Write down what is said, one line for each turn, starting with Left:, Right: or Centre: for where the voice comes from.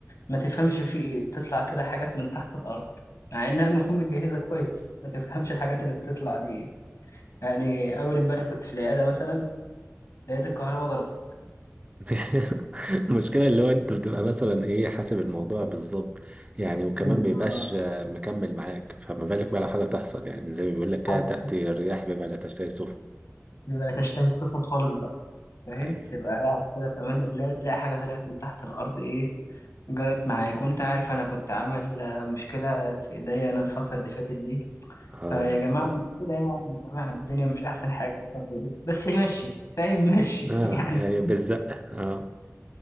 Left: ما تفهمش في ايه بتطلع كده حاجات من تحت الأرض مع انها المفروض متجهزة كويس ما تفهمش الحاجات اللي بتطلع دي ايه يعني أول امبارح كنت في العيادة مثلا لقيت الكهرباء ضربت
Right: يعني المشكله اللي هو انت بتبقى مثلا ايه حاسب الموضوع بالظبط يعني وكمان
Left: جزء-
Right: ما بيبقاش آه، مكمل معاك فما بالك بقى لو حاجه تحصل يعني زي ما بيقول لك كده
Left: حاجة
Right: تاتي الرياح بما لا تشتهي السفن
Left: بما لا تشتهي السفن خالص فاهم
Right: ايوه
Left: تبقى قاعد كده في امان الله تلاقي حاجه طلعت من تحت الارض ايه جرت معاك وانت عارف انا كنت عامل آه، مشكله في ايديا انا الفتره اللي فاتت دي
Right: اه
Left: فيا جماعه
Right: ف
Left: مش كده يعني يا جماعه الدنيا مش احسن حاجه الفتره دي بس ماشي فاهم ماشي
Right: اه
Left: <laughs> يعني
Right: يعني بالزق اه